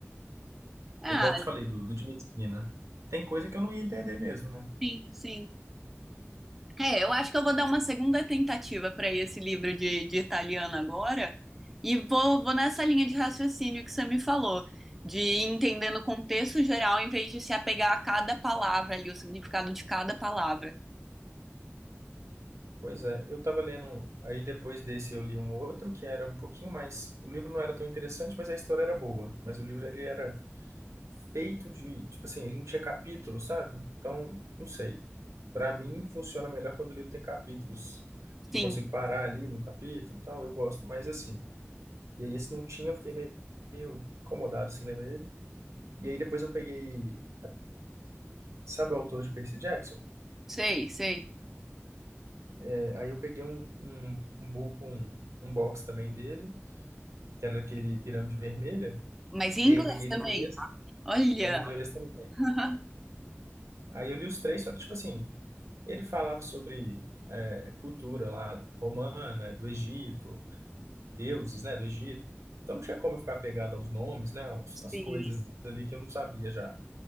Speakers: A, in the centre; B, on the right (about 85°).
A: Ah,
B: igual eu te falei do, do de medicina. Tem coisa que eu não ia entender mesmo, né?
A: sim, sim. É, eu acho que eu vou dar uma segunda tentativa para esse livro de, de italiano agora e vou, vou nessa linha de raciocínio que você me falou, de ir entendendo o contexto geral em vez de se apegar a cada palavra ali, o significado de cada palavra.
B: Pois é, eu tava lendo, aí depois desse eu li um outro que era um pouquinho mais, o livro não era tão interessante, mas a história era boa, mas o livro ele era feito de, tipo assim, ele não tinha capítulos, sabe? Então, não sei. Pra mim funciona melhor quando o livro tem capítulos, que
A: Sim,
B: eu consigo parar ali no capítulo, e tal, eu gosto mais assim. E aí esse não tinha, eu fiquei meio, meio incomodado assim lendo ele. E aí depois eu peguei, sabe o autor de Percy Jackson?
A: sei, sei.
B: É, aí eu peguei um um, um, bu- um um box também dele que era aquele Pirâmide Vermelha,
A: Mas em
B: e
A: inglês
B: aí eu peguei ele
A: também.
B: em inglês,
A: Olha.
B: em inglês também.
A: <laughs>
B: Aí eu li os três, só que, tipo assim, ele falava sobre é, cultura lá romana, né, do Egito, deuses, né, do Egito. Então não tinha como eu ficar pegado aos nomes, né, aos-
A: Sim.
B: às coisas ali que eu não sabia já.